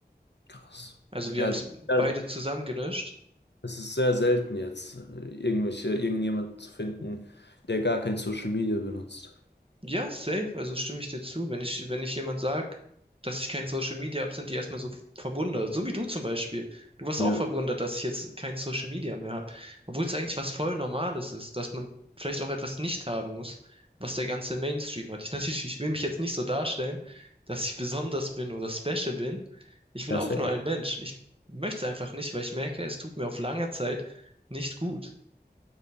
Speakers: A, on the left; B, on the right.
A: Krass.
B: Also wir
A: Ja,
B: haben es
A: ja,
B: beide zusammen gelöscht.
A: es ist sehr selten jetzt, äh, irgendwelche, irgendjemand zu finden, der gar kein Social Media benutzt.
B: Ja, safe, also stimme ich dir zu. Wenn ich, wenn ich jemand sag, dass ich kein Social Media hab, sind die erstmal so verwundert. So wie du zum Beispiel. Du warst
A: Ja,
B: auch verwundert, dass ich jetzt kein Social Media mehr habe. Obwohl es eigentlich was voll Normales ist, dass man vielleicht auch etwas nicht haben muss, was der ganze Mainstream hat. Ich natürlich, ich will mich jetzt nicht so darstellen, dass ich besonders bin oder special bin. Ich bin
A: ja,
B: auch
A: safe.
B: nur ein Mensch. Ich möchte es einfach nicht, weil ich merke, es tut mir auf lange Zeit nicht gut.